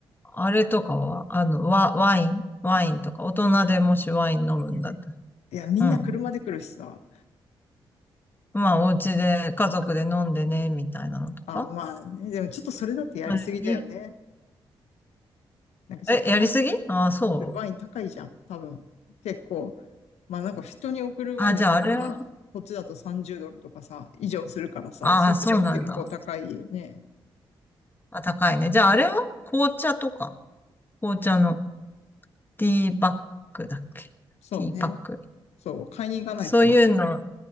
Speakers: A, on the left; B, on the left.
A: あれとかは、あの、ワ、ワイン、ワインとか、大人でもしワイン飲むんだっ
B: いや、みんな車で来るしさ。
A: たら。まあ、お家で家族で飲んでね、みたいなのとか
B: あ、まあね、でもちょっとそれだってやりすぎだよね。
A: 前に。
B: なんかちょっと高い、
A: え、やりすぎああ、そう。
B: ワイン高いじゃん、多分。結構。まあなんか人に送るワインだと、
A: あ、じゃああれは、
B: まあこっちだと30ドルとかさ、以上するからさ、
A: ああ、
B: そうすると結構高いよね。
A: そうなんだ。あ、高いね。じゃああれは紅茶とか、紅茶のティーバッグだっけティーパック。
B: そうね。そう、買いに行かないとね。
A: そういうの、